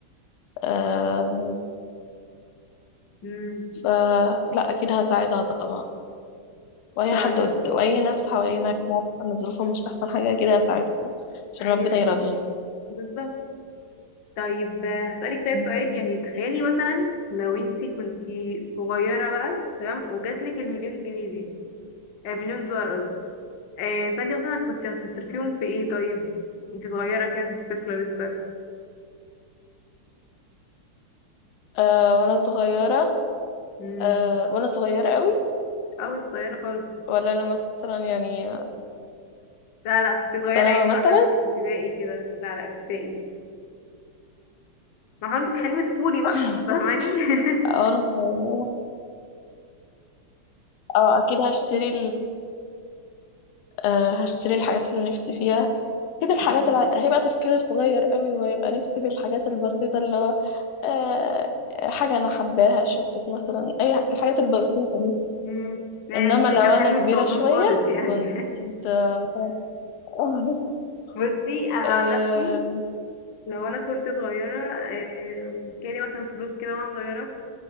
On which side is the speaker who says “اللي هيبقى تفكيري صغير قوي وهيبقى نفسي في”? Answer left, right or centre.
Left